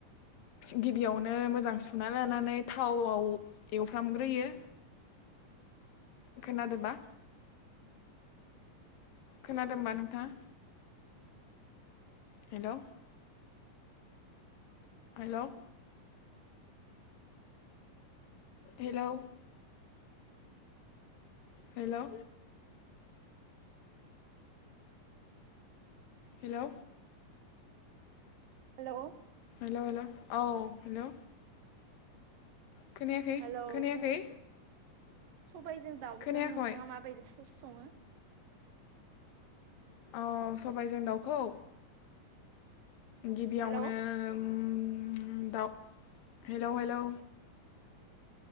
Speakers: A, on the left (about 80°); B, on the right (about 75°).
A: गिबियावनो मोजां सुना लानानै थावआव एवफ्रामग्रोयो। खोनादो ना? खोनादोंबा नोंथाङा? Hello. Hello. Hello. Hello. Hello.
B: Hello.
A: Hello hello औ हेलौ। खोनायाखै
B: हेलौ
A: खोनायाखै
B: सबायजों दाउजों
A: खोनायाखै
B: नोंथाङा माबायदि सङो
A: औ सबायजों दाउखौ गिबियावनो
B: हेलौ
A: उम्म दाउ हेलौ हेलौ।